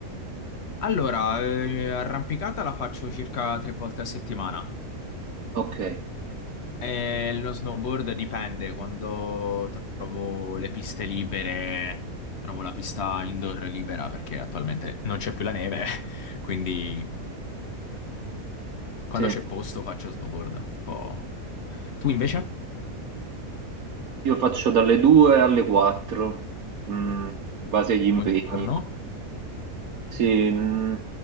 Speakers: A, on the left (about 55°); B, on the right (about 70°).
A: Allora, eh, arrampicata la faccio circa tre volte a settimana.
B: Ok,
A: Eh, lo snowboard dipende, quando trovo le piste libere, trovo la pista indoor libera perché attualmente non c'è più la neve, <laughs> quindi quando
B: sì.
A: c'è posto faccio snowboard un po'. Tu invece?
B: Io faccio dalle 2 alle 4, mh, in base agli impegni.
A: Ogni giorno?
B: Sì, mh,